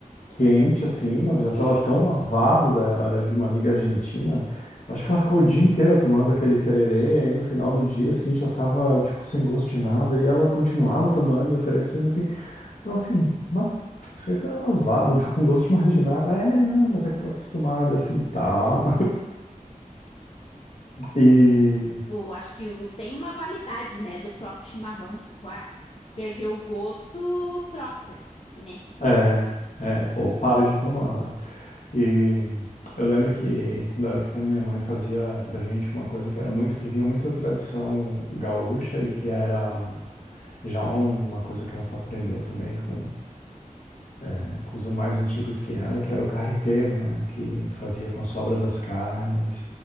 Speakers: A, on the left (about 65°); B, on the left (about 45°).
A: quente, assim, mas já
B: Tererê
A: tava tão
B: quente.
A: lavado, né? Era de uma amiga argentina. Acho que ela ficou o dia inteiro tomando aquele tererê. Aí no final do dia, assim, já tava, tipo, sem gosto de nada. E ela continuava tomando e oferecendo, assim. Eu, assim, mas isso aí tá lavado, não tá com gosto de mais de nada. É, não, mas é que eu tô acostumada, assim, tá. E
B: o, acho que o, tem uma validade, né, do próprio chimarrão, tipo, ah, perdeu o gosto, troca, né?
A: é, é, ou paro de tomar, né? E eu lembro que quando eu era pequeno, minha mãe fazia pra gente uma coisa que era muito, que vinha muito da tradição gaúcha e que era já um, uma coisa que ela aprendeu também com, é, com os mais antigos que ela, que era o carreteiro, né? Que fazia com a sobra das carnes.